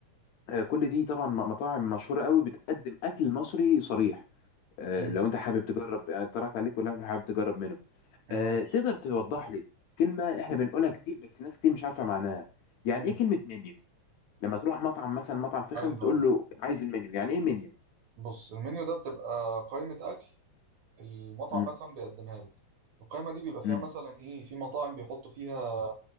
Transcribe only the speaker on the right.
مم.
ماشي
مم.
ايوه
ايوه
بص المنيو ده بتبقى قائمه اكل المطعم
مثلا بيقدمها لك القائمه دي بيبقى فيها
مثلا ايه في مطاعم بيحطوا فيها